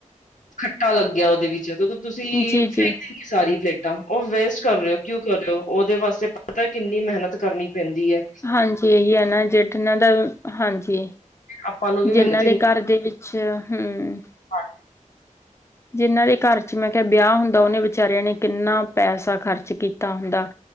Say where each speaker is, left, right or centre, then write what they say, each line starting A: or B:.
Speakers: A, on the left (about 70°); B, on the left (about 20°).
A: ਖੱਟਾ ਲੱਗਿਆ ਉਹਦੇ ਵਿੱਚ ਤ ਤੁਸੀਂ
B: ਜੀ ਜੀ
A: ਫੇਕ ਦੇਣੀ ਸਾਰੀ ਪਲੇਟਾਂ ਉਹ ਵੇਸਟ ਕਰ ਰਹੇਓ ਕਿਉਂ ਕਰ ਰ ਹੋ ਉਹਦੇ ਵਾਸਤੇ ਪਤਾ ਕਿੰਨੀ ਮਿਹਨਤ ਕਰਨੀ ਪੈਂਦੀ ਹੈ
B: ਹਾਂਜੀ ਇਹੀ ਹੈ ਨਾ ਜਿਨਾਂ ਦਾ ਹਾਂਜੀ
A: ਆਪਾਂ ਨੂੰ ਵੀ
B: ਜਿਹਨਾਂ
A: ਮਿਹਨਤ
B: ਦੇ ਘਰ ਦੇ ਵਿੱਚ ਅੱਛਾ ਹਮ
A: ਹਰ
B: ਜਿੰਨਾਂ ਦੇ ਘਰ ਚ ਮੈਂ ਕੇਆ ਬੇਆ ਹੁੰਦਾ, ਓਨਾ ਨੇ ਵਿਚਾਰੇਆਂ ਨੇ ਕਿੰਨਾ ਪੈਸਾ ਖਰਚ ਕੀਤਾ ਹੁੰਦਾ,